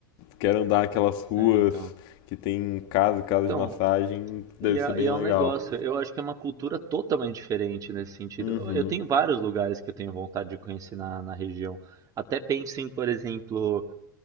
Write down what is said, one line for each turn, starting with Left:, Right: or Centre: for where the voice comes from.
Left: quero andar aquelas ruas
Right: É, então.
Left: que tem casa, casa
Right: Então,
Left: de massagem, deve
Right: e é,
Left: ser bem
Right: e é
Left: legal.
Right: um negócio, eu acho que é uma cultura totalmente diferente nesse sentido.
Left: Uhum.
Right: Eu eu tenho vários lugares que eu tenho vontade de conhecer na, na região. Até penso em, por exemplo,